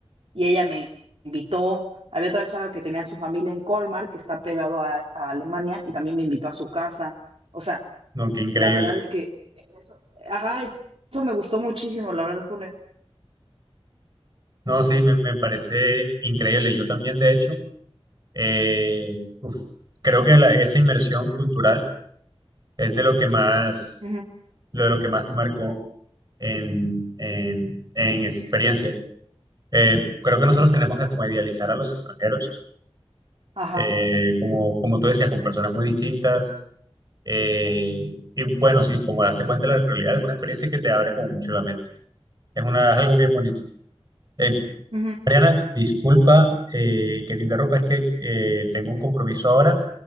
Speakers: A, on the right (about 65°); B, on the right (about 40°).
A: y ella me invitó. Había otra chava que tenía su familia en Colmar, que está pegado a, a Alemania, y también me invitó a su casa. O sea,
B: No, qué increíble.
A: la verdad es que eso, ajá, eso me gustó muchísimo. La verdad fue una...
B: No, sí, me, me parece increíble. Yo también, de hecho, eh, uf, creo que la- esa inmersión cultural es de lo que más,
A: Ujú,
B: lo de lo que más me marcó en, en, en experiencia. Eh, creo que nosotros
A: ujú.
B: tenemos que como idealizar a los extranjeros,
A: Ajá.
B: eh, como, como tú decías, con personas muy distintas. eh, y bueno, sí, como darse cuenta de la realidad es una experiencia que te abre como mucho la mente. Es una, es algo bien bonito. Eh,
A: Ujú,
B: Mariana, disculpa eh, que te interrumpa, es que eh, tengo un compromiso ahora,